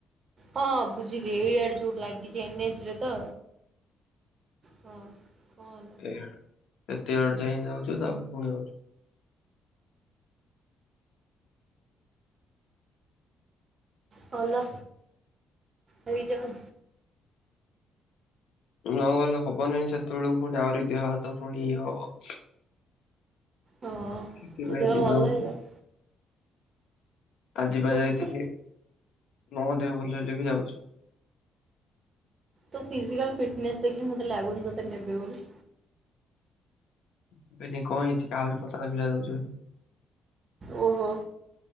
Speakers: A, on the right (about 45°); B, on the left (about 75°).
A: ହଁ ବୁଝିଲି ଏଇଆଡେ ଯୋଉ ଲାଗିଛି ଏନଏଚରେ ତ। ହଁ କ ଏଲା
B: ଆଡେ ସେତେ ଆଡେ ଯାଇଁ ଯାଉଚୁ ତାପରେ ପୁଣି ଆଉଚୁ।
A: ଭଲ ହେଇଯାଉ।
B: ନ ଗଲେ ହବନି ସେତେବେଳୁ ଫୁଣି ଆହୁରି ଦେହ ହାତ ଫୁଣି ଇଏ ହବ।
A: ହଁ
B: ସେଥିପାଇଁ
A: ତ ଦେହ
B: ଯିବା
A: ଭଲ
B: କଥା।
A: ହେଇଯାଉ।
B: ଆଜିିପା
A: ତୁ
B: ଯାଇଥିଲି
A: ତୁ
B: ନଅ ଦେହ ଭଲ ହେଲେ ବି ଯାଉଚି।
A: ତୋ ଫିଜିକଲ ଫିଟନେସ ଦେଖିଲେ ମତେ ଲାଗୁନି ତତେ ନେବେ ବୋଲି।
B: ନେବେନି କଣ ହେଇଛି ଆହୁରି ପତଳା ପିଲା ଯାଉଚନ୍ତି।
A: ଓହୋ